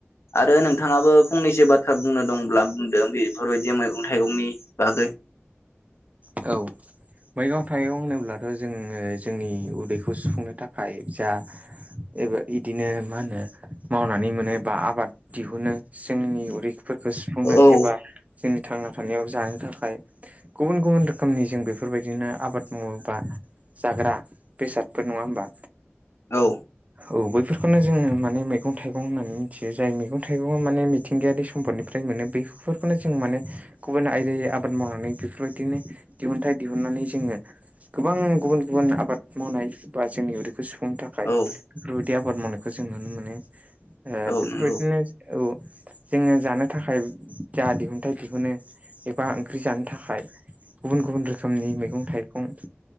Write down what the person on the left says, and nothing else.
आरो नोंथाङाबो फंनैसो बाथ्रा बुंनो दंब्ला बुंदो बेफोरबायदि मैगं थाइगंनि बागै
औ
औ
औ
औ
नंगौ